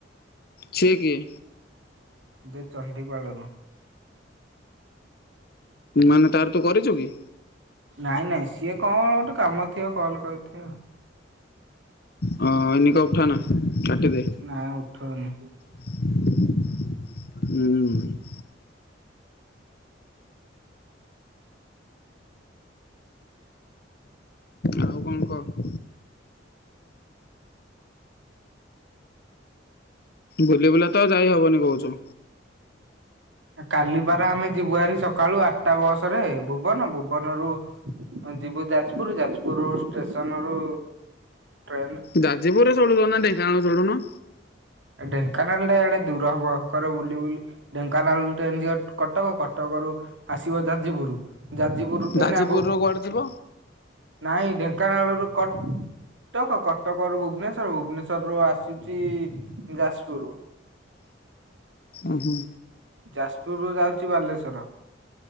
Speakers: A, on the left; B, on the right.
A: ଛିଏ କିଏ?
B: ଯେ ଚଣ୍ଡିପାଳରୁ।
A: ମାନେ ତାର ତୁ କରିଚୁ କି?
B: ନାଇଁ ନାଇଁ ସିଏ କଁ ଗୋଟେ କାମ ଥିବ କଲ୍ କରିଥିବ।
A: ହ ଏଇନେକେ ଉଠା ନା କାଟି ଦେ।
B: ନା ଉଠଉନି।
A: ଉଁ। ଆଉ କଁ କ? ବୁଲି ବୁଲା ତ ଯାଇ ହବନି କହୁଚୁ।
B: ଏ କାଲି ପାରା ଆମେ ଯିବୁ ହେରି ସକାଳୁ ଆଠ୍ ଟା ବସ୍ ରେ ଭୁବନ ଭୁବନରୁୁ ଅଁ ଯିବୁ ଯାଜପୁର୍ ଯାଜପୁର୍ ଷ୍ଟେସନ ରୁ ଟ୍ରେନ
A: ଯାଜପୁରରେ ଚଢୁଛ ନା ଢେଙ୍କାନାଳ ଚଢୁନ?
B: ଏଁ ଢେଙ୍କାନାଳ ଟା ଏଇଡେ ଦୂର ହବ ହେକରେ ବୁଲି ବୁଲି ଢେଙ୍କାନାଳରୁ ଟ୍ରେନ୍ ଯିବ କଟକ କଟକ ରୁ ଆସିବ ଯାଜପୁରୁ। ଯାଜପୁରୁ
A: ଯାଜପୁରରୁ
B: ଏଇନା ଭୁ
A: କୁଆଡେ ଯିବ?
B: ନାଇଁ ଢେଙ୍କାନାଳରୁ କ ଟକ କଟକ ର ଭୁବନେଶ୍ଵର ଭୁବନେଶ୍ବର ରୁ ଆସୁଚି ଯାସ୍ପୁରୁ।
A: ଅଁ ହଁ।
B: ଯାଜପୁର୍ ରୁ ଯାଉଚି ବାଲେଶ୍ଵର।